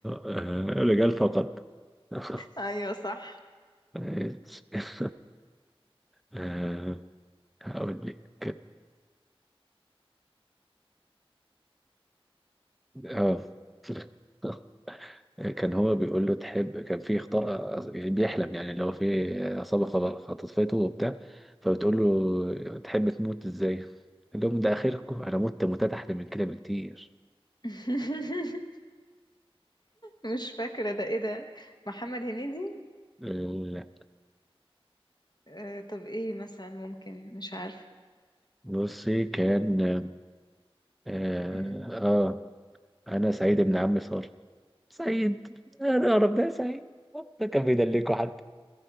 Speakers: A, in the centre; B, on the left.
A: آه، رجال فقط <laughs>
B: ايوه صح
A: ماشي. <laughs> آه، هقول لك اه آه. <laughs> كان هو بيقول له تحب كان في خطأ بيحلم يعني اللي هو في عصابة خط- خطفته وبتاع فبتقول له تحب تموت ازاي؟ قال لهم ده آخركم أنا مت موتات أحلى من كده بكتير
B: <laughs> مش فاكرة ده ايه ده محمد هنيدي
A: لا
B: آه طب ايه مثلا ممكن مش عارفة
A: بصي كان آه,
B: مم.
A: آه أنا سعيد ابن عم صار سعيد أنا أعرف ده سعيد ده كان بيدلكوا حد